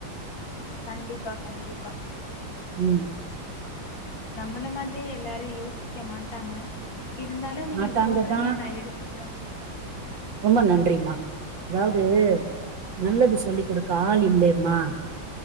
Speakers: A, on the left; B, on the right.
A: கண்டிப்பா கண்டிப்பா
B: ம்
A: நம்மள மாதிரியே எல்லாரு யோசிக்க மாட்டாங்க இருந்தாலு நீங்க
B: மாட்டாங்க
A: சொல்றீங்க
B: தான்
A: நா எடுத்துக்ற
B: ரொம்ப நன்றிமா அதாவது நல்லது
A: ம்
B: சொல்லிக் கொடு கால் இல்லேமா